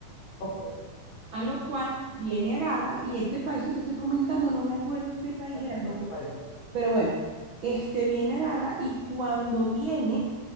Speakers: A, on the left; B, on the right.
A: ok,
B: A lo cual viene, agarra, y este país que te estoy comentando, no me acuerdo qué país
A: no
B: era,
A: te acuerdas cuál es. Ujú.
B: pero bueno, este viene, agarra y cuando viene,